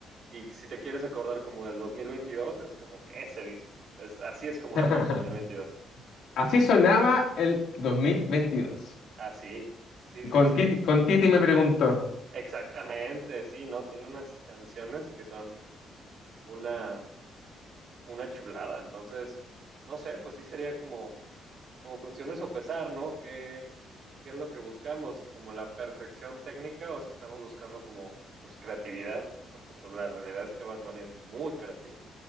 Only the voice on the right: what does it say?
y si te quieres acordar como del 2022 es como que ese disco. Es, así es como
suena el dos mil veintidós.
Así, sí, sí,
sí.
sí.
Exactamente, sí, ¿no? Tiene unas canciones que son una, una chulada. Entonces, no sé, pues sí sería como, como cuestión de sopesar, ¿no? ¿Qué, qué es lo que buscamos? Si como la perfección técnica o si estamos buscando como, pues, creatividad. Porque pues la realidad es que Bad Bunny es muy creativo.